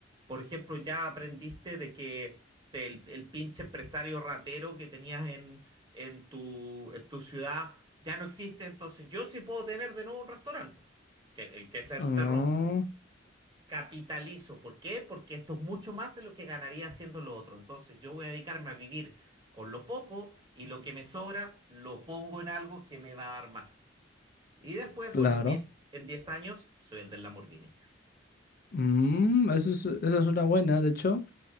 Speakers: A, on the right; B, on the left.
A: Por ejemplo, ya aprendiste de que te- el, el pinche empresario ratero que tenías en, en tu, en tu ciudad ya no existe, entonces yo sí puedo tener de nuevo un restaurante, po, que, el que se
B: Ah,
A: cerró. Capitalizo. ¿Por qué? Porque esto es mucho más de lo que ganaría haciendo lo otro. Entonces yo voy a dedicarme a vivir con lo poco y lo que me sobra lo pongo en algo que me va a dar más. Y después,
B: claro.
A: bueno, en 10 en 10 años soy el del Lamborghini.
B: Mm, eso es, eso es una buena, de hecho.